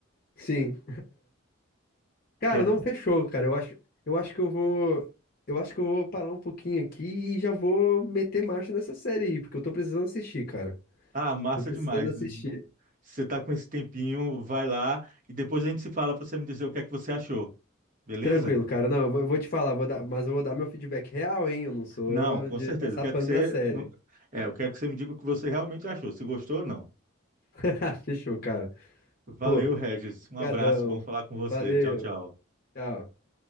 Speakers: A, on the left (about 45°); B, on the right (about 40°).
A: sim. Cara,
B: É,
A: não fechou, cara. Eu acho, eu acho que eu vou, eu acho que eu vou parar um pouquinho aqui e já vou meter marcha nessa série aí, porque eu tô precisando assistir, cara.
B: ah, massa
A: Tô precisando
B: demais.
A: assistir.
B: Você tá com esse tempinho, vai lá e depois a gente se fala para você me dizer o que é que você achou, beleza?
A: Tranquilo, cara. Não, eu vou eu vou te falar, vou dar, mas eu vou dar meu feedback real, hein? Eu não sou
B: Não, com
A: de
B: certeza.
A: passar
B: Eu quero
A: pano
B: que você,
A: pra série.
B: não- é, eu quero que você me diga o que você realmente achou, se gostou ou não.
A: <laughs> Fechou, cara.
B: Valeu,
A: Pô,
B: Regis. Um
A: brigadão.
B: abraço, bom falar com você.
A: Valeu.
B: Tchau, tchau.
A: Tchau.